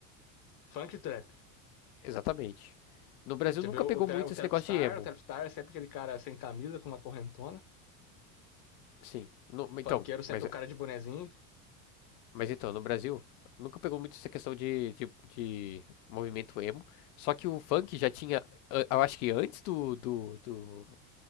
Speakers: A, on the left; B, on the left.
A: Funk e trap.
B: Exatamente. No Brasil
A: Você
B: nunca
A: vê o,
B: pegou
A: o, tra-
B: muito
A: o Trapstar,
B: esse negócio de emo.
A: o Trapstar é sempre aquele cara sem camisa, com uma correntona.
B: Sim. No- então,
A: Funkeiro sempre
B: mas,
A: um
B: é,
A: cara de bonezinho.
B: mas então, no Brasil nunca pegou muito essa questão de, de, de movimento emo. Só que o funk já tinha, a- eu acho que antes do, do, do